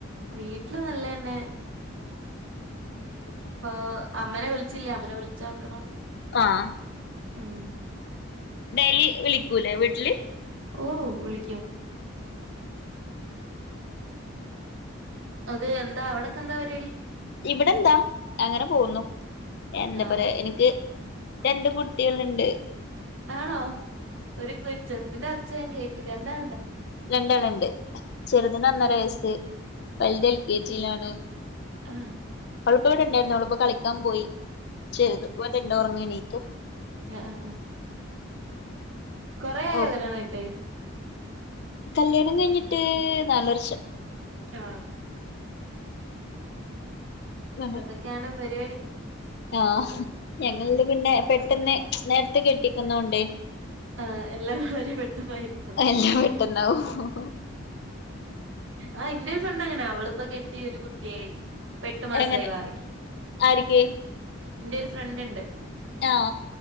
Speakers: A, on the right; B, on the left.
A: വീട്ടില് നല്ലതന്നെ ഇപ്പൊ അമ്മനെ വിളിച്ചില്ല അമ്മനെ വിളിച്ചോക്കണം
B: ആഹ്
A: ഉം
B: ഡെലി വിളിക്കൂലേ വീട്ടില്
A: ഓ വിളിക്കും അത് എന്താ അവഡാക്കെ എന്താ പരിപാടി
B: ഇവിടെ എന്താ അങ്ങനെ പോകുന്നു എന്താ
A: ആഹ്
B: പറയാ എനിക്ക് രണ്ട് കുട്ടികളൾണ്ട്
A: ആണോ ഒരു കൊ ചെറുതിന്റെ ഒച്ച ഞാൻ കേട്ടു രണ്ടാ
B: രണ്ടാളുണ്ട് ചെറുതിന് ഒന്നര വയസ്സ് വലുത് എൽ കെ ജിയിലാണ്
A: ആ
B: അവൾപ്പം ഇവിടെണ്ടായിരുന്നു അവളിപ്പോ കളിക്കാൻ പോയി ചെറത് ഇപ്പടെണ്ട ഉറങ്ങണീറ്റ്
A: ആ ആ ആ കൊറെ ആയോ
B: ഓഹ്
A: കല്യാണം കഴിഞ്ഞിട്ട്
B: കല്യാണം കഴിഞ്ഞിട്ട് നാല് വർഷം
A: ആ
B: <unintelligible>
A: അതൊക്കെയാണ് പരിപാടി
B: ആ ഞങ്ങളിന്ന്
A: ഉം
B: പിന്നെ ട്ടെന്ന് നേരത്തെ കെട്ടിക്കുന്നോണ്ടേ
A: ആ എല്ലാം വളരെ പെട്ടമായിരുന്നു
B: എല്ലാം പെട്ടെന്നാവും
A: ആ എന്ത ണ്ടങ്ങനെ അവളിപ്പോ കെട്ടി ഒരു കുട്ടിയായി ഏട്ടു മാസമായി
B: എങ്ങനെ
A: ബാവക്ക്
B: ആര്ക്ക്
A: എന്റെ ഒരു ഫ്രണ്ട് ഉണ്ട്
B: ആഹ